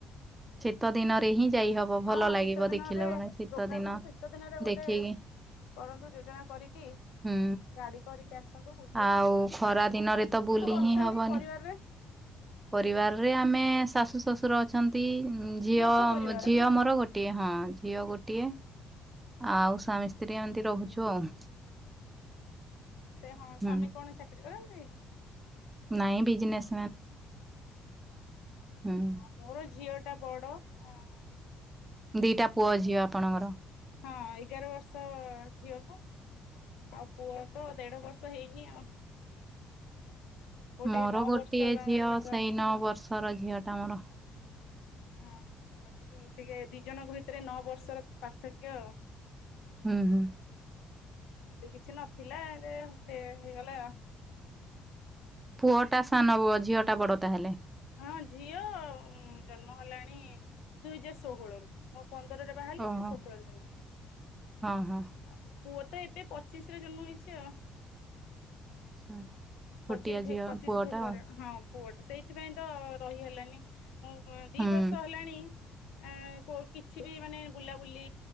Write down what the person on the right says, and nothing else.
ଶୀତ ଦିନରେ ହିଁ ଯାଇ ହବ ଭଲ
ଲାଗିବ
ଦେଖିଲା ବେଳେ
ଶୀତ ଦିନ
ଦେଖିକି
ହୁଁ
ଆଉ ଖରା ଦିନରେ ତ ବୁଲି
ହିଁ ହବନି।
ପରିବାରରେ ଆମେ ଶାଶୁ ଶ୍ୱଶୁର ଅଛନ୍ତି ଉଁ ଝିଅ
ଝିଅ
ମୋର ଗୋ ଟିଏ ହଁ ଝିଅ ଗୋଟିଏ
ଆଉ ସ୍ୱାମୀ ସ୍ତ୍ରୀ ଏମିତି ରହୁଛୁ ଆଉ।
ହୁଁ
ନାଇଁ ବିଜନେସ୍। ହୁଁ
ଦିଟା ପୁଅ ଝିଅ ଆପଣଙ୍କର।
ମୋର
ଗୋଟିଏ
ଝିଅ।
ସେଇ ନଅ ବର୍ଷର ଝିଅ ଟା ମୋର।
ହୁଁ ହୁଁ।
ପୁଅ ଟା ସାନ ଝିଅ ଟା ବଡ ତାହେଲେ।
ଓହୋ
ହଁ ହଁ
ଆଚ୍ଛା ଆଚ୍ଛା। ଛୋଟିଆ
ଝିଅ
ପୁଅଟା
ଆଉ
ହୁଁ